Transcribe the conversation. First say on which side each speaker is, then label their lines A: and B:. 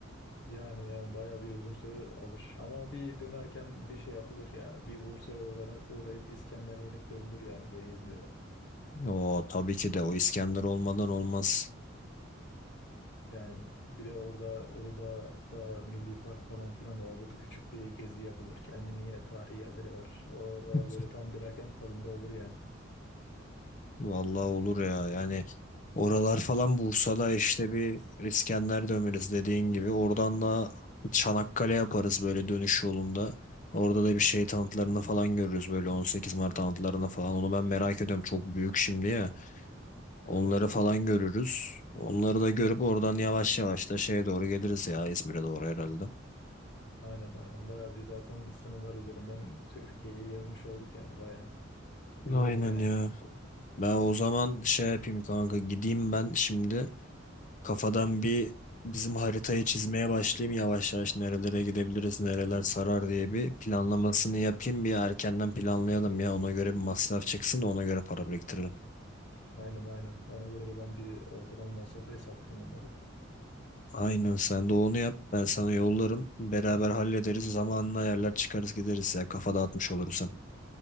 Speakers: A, on the left; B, on the left.
A: Yani yani bayağı bir uzun süre alır. Ama bir dönerken bir şey yapılır ya. Bir Bursa'ya uğrayıp, uğrayıp İskender yenip dönülür yani geri İzmir'e.
B: O tabii ki de o İskender olmadan olmaz.
A: Yani bir de orada Uludağ'da Milli Park falan filan var. Orada da küçük bir gezi yapılır. Kendini yine tarihi yerleri var. Oralar
B: <laughs>
A: böyle tam dönerken tadında olur yani.
B: Vallahi olur ya yani oralar falan Bursa'da işte bir İskender döneriz dediğin gibi oradan da Çanakkale yaparız böyle dönüş yolunda. Orada da bir şey tanıtlarını falan görürüz böyle 18 Mart tanıtlarını falan. Onu ben merak ediyorum çok büyük şimdi ya. Onları
A: Evet.
B: falan görürüz. Onları da görüp oradan yavaş yavaş da şeye doğru geliriz ya İzmir'e doğru herhalde.
A: Aynen aynen. Bayağı biz zaten sınırlar üzerinden Türkiye'yi gezmiş olduk yani bayağı. Güzel
B: Aynen
A: olur yani.
B: ya. Ben o zaman şey yapayım kanka gideyim ben şimdi. Kafadan bir bizim haritayı çizmeye başlayayım yavaş yavaş nerelere gidebiliriz, nereler sarar diye bir planlamasını yapayım. Bir erkenden planlayalım ya ona göre bir masraf çıksın da ona göre para biriktirelim.
A: Aynen aynen. Ona göre de ben bir ortalama masrafı hesaplayayım olmadı.
B: Aynen sen de onu yap ben sana yollarım. Beraber hallederiz zamanla yerler çıkarız gideriz ya kafa dağıtmış oluruz hem.